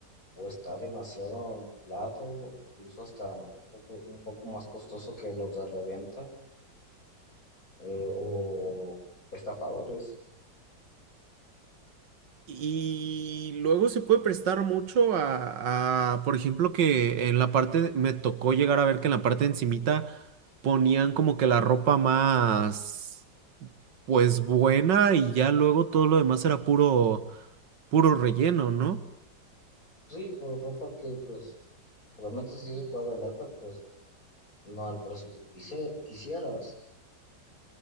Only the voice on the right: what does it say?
Y luego se puede prestar mucho a, a, por ejemplo, que en la parte, me tocó llegar a ver que en la parte de encimita ponían como que la ropa más, pues buena y ya luego todo lo demás era puro, puro relleno, ¿no?